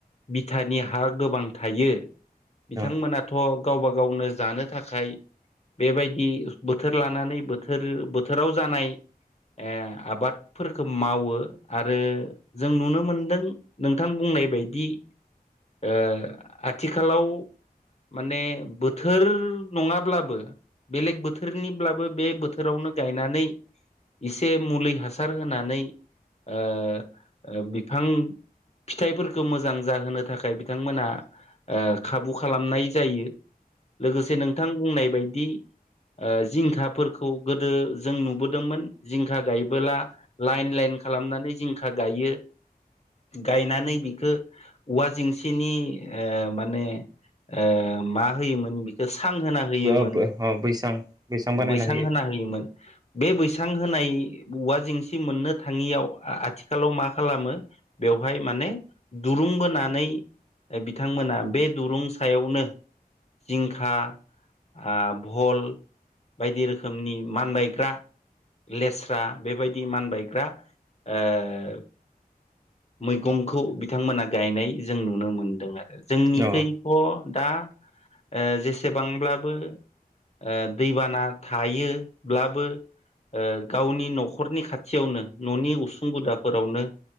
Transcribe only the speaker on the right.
अ
अ अ बैसां बानायना
होयो
अ